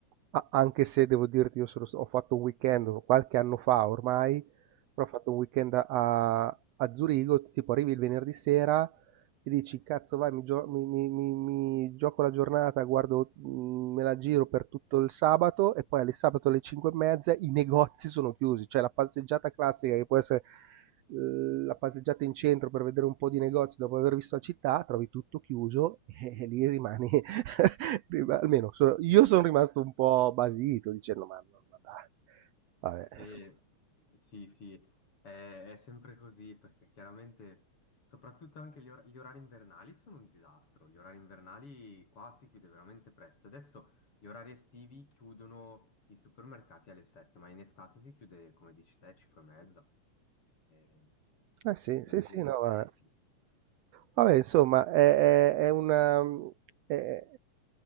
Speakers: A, on the right (about 75°); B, on the left (about 45°).
A: A- anche se devo dirti, io sono s- ho fatto un weekend qualche anno fa ormai, però ho fatto un weekend a, a Zurigo, tipo arrivi il venerdì sera e dici, cazzo vai, mi, gio- mi- mi- mi- mi gioco la giornata, guardo, mm, me la giro per tutto il sabato e poi alle sabato alle 5 e mezza i negozi sono chiusi, cioè la passeggiata classica che può essere eh, la passeggiata in centro per vedere un po' di negozi dopo aver visto la città, trovi tutto chiuso <laughs> e lì rimani <laughs> Rima- Almeno so- io sono rimasto un po' basito dicendo ma, ma, ma dai, vabbè,
B: E
A: insomma.
B: sì, sì, è, è sempre così perché chiaramente, soprattutto anche gli, or- gli orari invernali sono un disastro. Gli orari invernali qua si chiude veramente presto. Adesso gli orari estivi chiudono i supermercati alle 7, ma in estate si chiude, come dici te, 5 e mezza. Eh,
A: Eh sì,
B: mentre-
A: sì, sì, no, ma...
B: eh sì.
A: Vabbè, insomma, è, è- è una... mhmm, È,